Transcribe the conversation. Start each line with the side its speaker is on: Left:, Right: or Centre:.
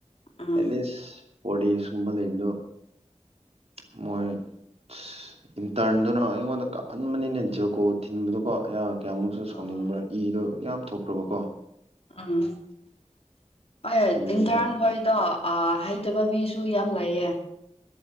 Left: ꯎꯝ
Right: ꯑꯦꯠꯂꯤꯁ ꯐꯣꯔꯗꯤꯖꯀꯨꯝꯕ ꯂꯩꯕꯗꯣ ꯃꯣꯏ ꯑꯁ ꯏꯟꯇꯔꯟꯗꯨꯅ ꯑꯩꯉꯣꯟꯗ ꯀꯥꯞꯍꯟꯕꯅꯤꯅ ꯖꯤꯌꯑꯣꯀꯣ ꯊꯤꯟꯕꯗꯨꯀꯣ ꯑꯌꯥ ꯀꯌꯥꯃꯨꯛꯁꯨ ꯁꯥꯎꯅꯤꯡꯕ꯭ꯔꯥ
Left: ꯑꯣ
Right: ꯏꯗꯣ ꯌꯥꯝ ꯊꯣꯛꯈ꯭ꯔꯕꯀꯣ
Left: ꯑꯥ ꯑꯦ
Right: ꯑꯗꯨꯒꯤ
Left: ꯇꯤꯟꯀꯥꯡ
Right: ꯑꯩ
Left: ꯑꯗꯨ ꯍ‌ꯣꯏꯗꯣ ꯑ ꯍꯩꯇꯕ ꯃꯤꯁꯨ ꯌꯥꯝ ꯂꯩꯌꯦ